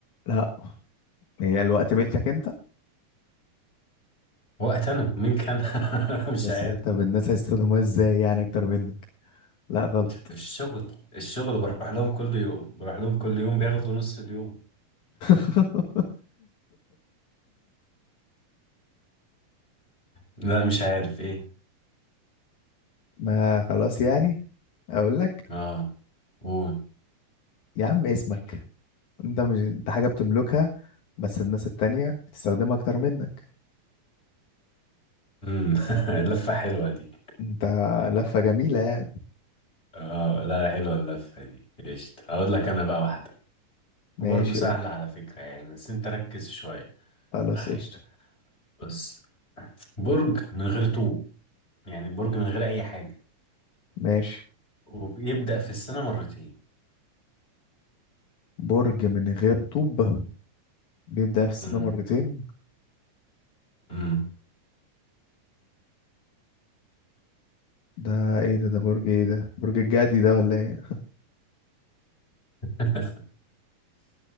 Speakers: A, on the left; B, on the left.
A: لا هي الوقت ملكك انت
B: وقت انا مين كان <laughs> مش
A: بس
B: عارف
A: طب الناس هيستخدموها ازاي يعني اكتر منك لا غلط
B: الشغل الشغل بروح لهم كل يوم بروح لهم كل يوم بياخدوا نص اليوم
A: <laughs>
B: لا مش عارف ايه
A: ما خلاص يعني اقول لك
B: اه قول
A: يا عم اسمك انت مش انت حاجة بتملكها بس الناس التانية بتستخدمها اكتر منك
B: مم. <laughs> اللفة حلوة دي
A: انت لفة جميلة يعني
B: اه لا حلوة اللفة دي قشطة هقول لك انا بقى واحدة
A: ماشي
B: وبرضه سهلة
A: قولي
B: على فكرة يعني بس انت ركز شوية
A: خلاص
B: معايا
A: قشطة
B: بص برج من غير طوب يعني برج من غير اي حاجة
A: ماشي
B: وبيبدأ في السنة مرتين
A: برج من غير طوب بيبدأ في السنة
B: امم
A: مرتين
B: امم
A: ده ايه ده ده برج ايه ده برج الجدي ده ولا ايه
B: <laughs>